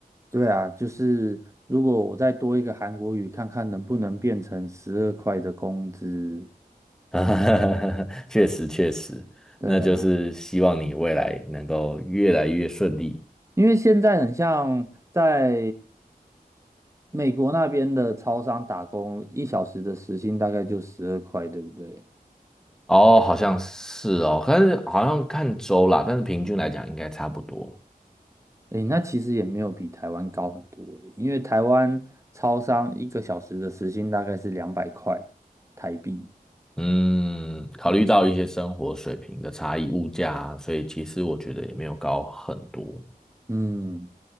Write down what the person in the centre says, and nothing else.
<laughs> 啊，确实确实，
那就是希望你未来能够越来越顺利。
哦，好像是哦，但是好像看州啦，但是平均来讲应该差不多。
嗯，考虑到一些生活水平的差异、
物价啊所以其实我觉得也没有高很多。